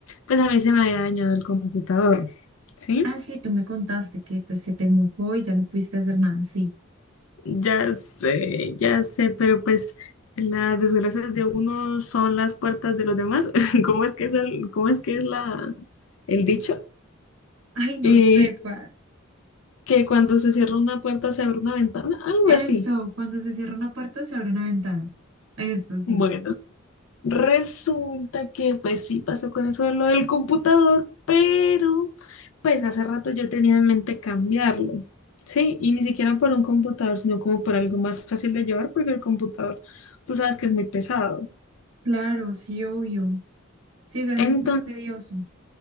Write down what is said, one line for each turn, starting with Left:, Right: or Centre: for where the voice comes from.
Left: pues a mí se me había dañado el computador, ¿sí?
Right: Ah, sí, tú me contaste que pues, se te mojó y ya no pudiste hacer nada, sí.
Left: Ya sé, ya sé, pero pues las desgracias de uno son las puertas de los demás. <laughs> ¿Cómo es que es el, cómo es que es la, el dicho?
Right: Ay, no
Left: Y
Right: sé cuál.
Left: que cuando se cierra una puerta se abre una ventana, algo
Right: Eso,
Left: así.
Right: cuando se cierra una puerta se abre una ventana. Eso, sí.
Left: Bueno, resulta que pues sí pasó con eso de lo del computador, pero pues hace rato yo tenía en mente cambiarlo. Sí, y ni siquiera por un computador, sino como por algo más fácil de llevar, porque el computador, tú sabes que es muy pesado.
Right: Claro, sí, obvio. Sí, es algo
Left: Entonces,
Right: más tedioso.